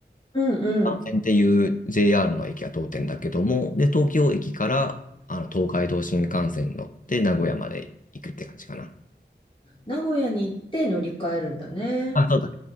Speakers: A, on the left; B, on the left.
A: うんうん。
B: 関線っていう JR の駅が通ってんだけども、で、東京駅から、あの、東海道新幹線に乗って名古屋まで行くって感じかな。
A: 名古屋に行って乗り換えるんだね。
B: あ、そうだ。